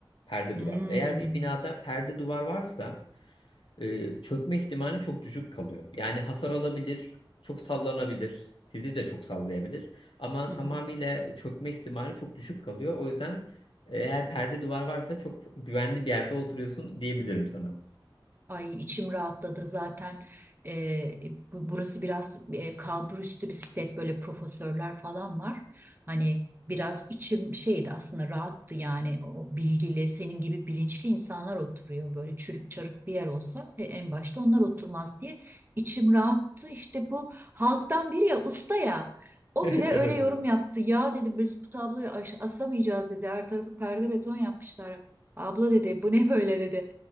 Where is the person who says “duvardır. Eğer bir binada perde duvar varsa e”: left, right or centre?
Left